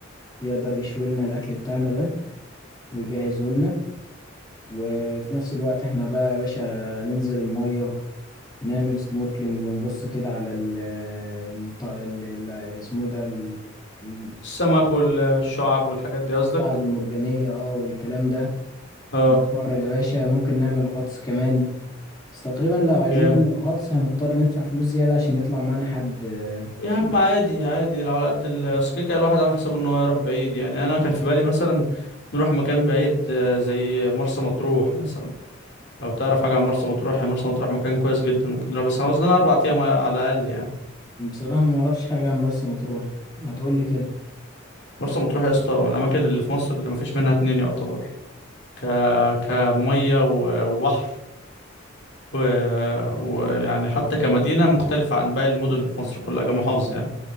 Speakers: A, on the left (about 20°); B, on the left (about 60°).
A: يقدر يشوي لنا الأكل بتاعنا ده ويجهزه لنا وفي نفس الوقت احنا بقى يا باشا ننزل المية نعمل سنوركلينج ونبص كده على ال آه، الط- ال- ال- اسمه ايه ده ال- ال-
B: السمك والشعب والحاجات دي قصدك
A: الشعب المرجانية اه والكلام ده
B: اه
A: نتفرج يا باشا ممكن نعمل غطس كمان بس تقريبا لو عايزين
B: جامد
A: نعمل غطس هنضطر ندفع فلوس زيادة عشان يطلع معانا حد آه،
B: يا عم عادي عادي لو على قد ال- أصل كده كده الواحد عامل حسابه ان هو يروح بعيد يعني انا كان في بالي مثلا نروح مكان بعيد آه، زي مرسى مطروح مثلا لو تعرف حاجه عن مرسى مطروح يا مرسى مطروح مكان كويس جدا ممكن نروح بس هنعوز لنا اربع ايام على الاقل يعني
A: بصراحة ما اعرفش حاجة عن مرسى مطروح ما تقولي كده
B: مرسى مطروح يا اسطى من الاماكن اللي في مصر اللي ما فيش منها اتنين يعتبر ك كميه و- وبحر و... ويعني حتى كمدينه مختلفه عن باقي المدن اللي في مصر كلها كمحافظه يعني